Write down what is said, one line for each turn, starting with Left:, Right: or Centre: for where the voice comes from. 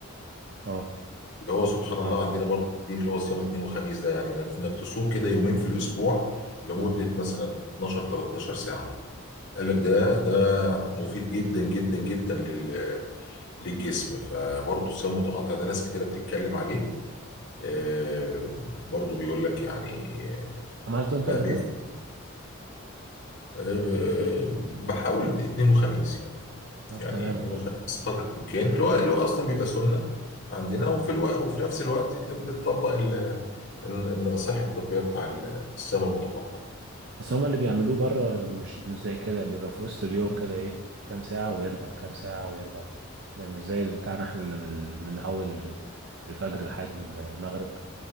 Right: اه
Left: اللي هو سبحان الله
Right: عارفه
Left: عندنا برضه الدين اللي هو صيام اثنين وخميس ده يعني إنك إنك تصوم كده يومين في الأسبوع لمدة
Right: امم
Left: مثلا 12 13 ساعة قال لك ده ده مفيد جدا جدا جدا لل- للجسم فبرضه الصيام المتقطع ده ناس كتيرة بتتكلم عليه آه، برضه بيقول لك يعني
Right: عملته انت
Left: لا
Right: قبل
Left: بيف
Right: كده
Left: آه، آه، بحاول اثنين وخميس يعني
Right: طب
Left: يعني
Right: تمام
Left: اثنين
Right: الله
Left: وخميس
Right: ينور
Left: قدر الامكان اللي هو اللي هو اصلا بيبقى سنه عندنا وفي الوقت وفي نفس الوقت انت بتطبق ال- الن- النصائح الطبيه بتاع ال- الصيام المتقطع
Right: بس هما اللي بيعملوه بره مش مش زي كده بيبقى في وسط اليوم كده ايه كام ساعة ويرجع كام ساعة ويرجع تمام مش زي اللي بتاعنا احنا اللي من من اول ال- الفجر لحد المغرب